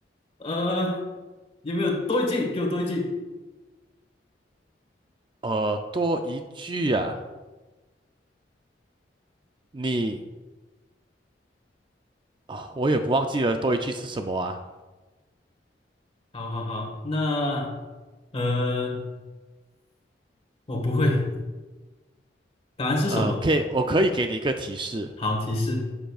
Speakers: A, on the left; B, on the right.
A: 呃，有没有多一句？给我多一句。
B: 呃，多一句啊，你啊、我也不忘记了多一句是什么啊。
A: 好好好，那呃，我不会，答案是什么？
B: 呃，可以，我可以给你一个提示，
A: 好，提示：